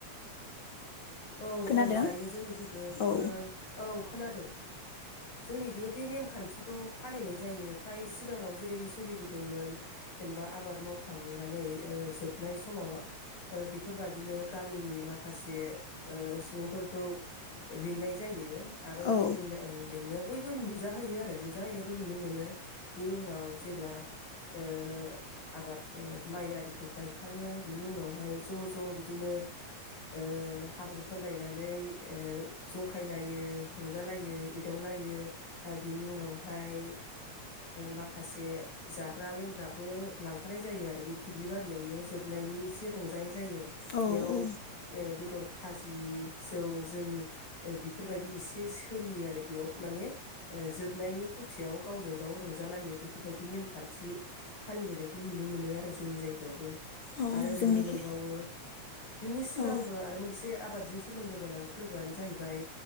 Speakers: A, on the left; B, on the left.
A: औ
B: खोनादों
A: औ जायो जोंनिखिबो
B: औ
A: औ खोनादों जोंनिखबो बे नेम खान्थिखौ फालिनाय जायो फ्राय सिगाङाव जेरै सोलिबोदोंमोन जेनेबा आबाद मावखांनानै जोबनाय समाव बेफोरबादिनो गामिनि माखासे ओ सुबुंफोरखौ लिंनाय जायो आरो बे
B: औ
A: लिंनाय लिंनायाव बयबो नुजाहैयो आरो नुजाहैनायखौ नुनो मोनो बिनि उनाव जेब्ला ओ आबाद माइ आरिखौ गायखाङो बिनि उनावहाय ज' ज' बिदिनो ओ हाब्रु फोनलायनानै जंखायलायो रंजालायो एदावलायो आरो बिनि उनावहाय माखासे ओ जाग्रा लोंग्राबो लांफानाय जायो आरो बे दुब्लि बारियावनो जोबनायनि एसे रंजानाय जायो
B: औ
A: बेयाव
B: औ
A: बेदर खाजि जौ जों बेफोरबायदि इसे सोलियो आरो बेयाव माने जोबनायनि फुरथियाव गावजों गाव रंजालायो बेफोरबायदि नेमखान्थि फालिबोनायखौ नुनो मोनो आरो जोंनि जायगायावबो
B: औ
A: आरो
B: जोंनिखि
A: नुनो मोनबावो बिनि सिगांबो
B: औ
A: आरो मोनसे मोनसे आबादजों सोमोन्दो गोनां फोरबोआनो जाहैबाय